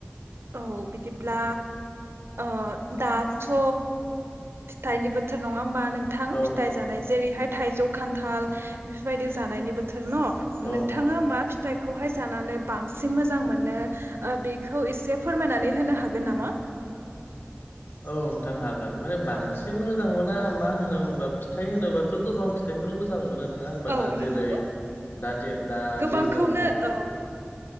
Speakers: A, on the right; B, on the left.
A: औ बिदिब्ला ओ दाथ फिथाइनि बोथोर नङा होमबा नोंथां
B: औ
A: फिथाइ जानाय जेरैहाय थाइजौ खान्थाल बेफोरबायदि जानायनि बोथोर न
B: औ
A: नोंथाङा मा फि फिथाइखौहाय जानानै बांसिन मोजां मोनो बेखौ एसे फोरमायनानै होनो हागोन नामा
B: औ नोंथां हागोन माने बांसिन मोजां मोना मा होनो होमबा फिथाइ होनोबाथ गोबां फिथाइखौनो मोजां मोनो नोंथां नोङा होनबा
A: औ
B: दा
A: नंगौ
B: जेरै दाथे दा
A: गोबांखौनो
B: दैज्लांबो
A: औ